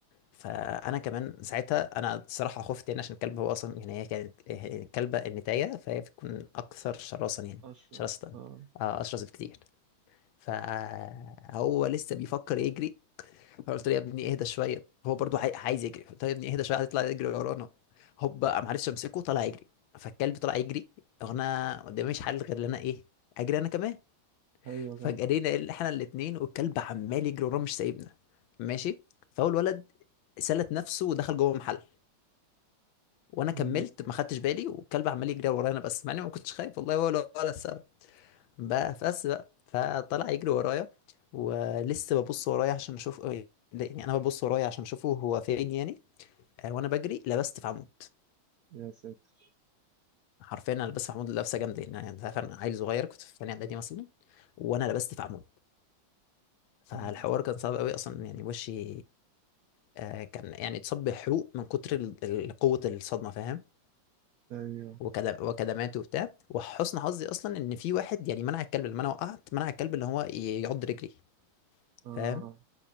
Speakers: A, on the left; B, on the right.
A: فانا كمان ساعتها انا الصراحه خفت يعني عشان الكلب هو اصلا يعني هي كانت هي كلبه النتايه فهي بتكون اكثر شراسه يعني
B: أشرس
A: شراسه
B: آه
A: آه، اشرس بكتير فهو لسه بيفكر يجري فقلت له يا ابني اهدى شويه هو برضو عاي- عايز يجري قلت له يا ابني اهدى شويه هتطلع يجري ورانا هوب ما عرفتش امسكه طلع يجري فالكلب طلع يجري وانا قدامي مش حل غير ان انا ايه اجري انا كمان
B: أيوة
A: فجرينا
B: طبعا
A: ال- احنا الاثنين والكلب عمال يجري ورانا مش سايبنا ماشي فاول ولد سلت نفسه ودخل جوه محل وانا كملت
B: مم.
A: ما خدتش بالي والكلب عمال يجري ورانا بس مع اني ما كنتش خايف والله ولا ولا السبب بقى بس بقى فطلع يجري ورايا ولسه ببص ورايا عشان اشوف يعني انا ببص ورايا عشان اشوفه هو فين يعني آه، وانا بجري لبست في عمود
B: يا ساتر
A: حرفيا انا لبست في عمود لبسه جامده يعني انت عارف انا عيل صغير كنت في ثانيه اعدادي مثلا وانا لبست في عمود فالحوار
B: مم.
A: كان صعب قوي اصلا يعني وشي آه، كان يعني اتصاب بحروق من كتر ال- ال- قوه الصدمه فاهم
B: ايوه
A: وكدم وكدمات وبتاع وحسن حظي اصلا ان في واحد يعني منع الكلب لما انا وقعت منع الكلب اللي هو ي- يعض رجلي
B: آه
A: فاهم